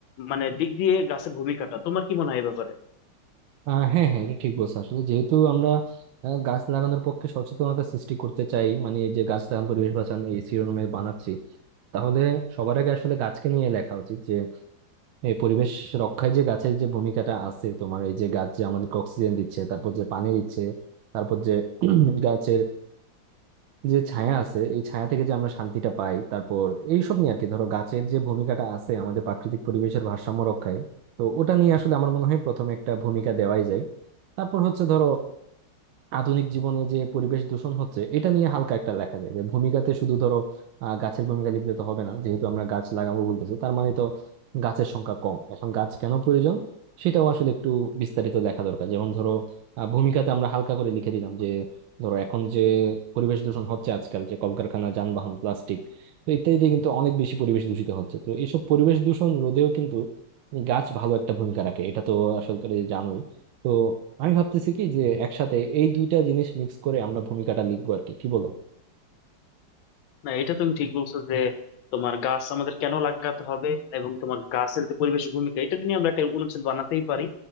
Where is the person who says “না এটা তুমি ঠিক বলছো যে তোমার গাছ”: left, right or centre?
Left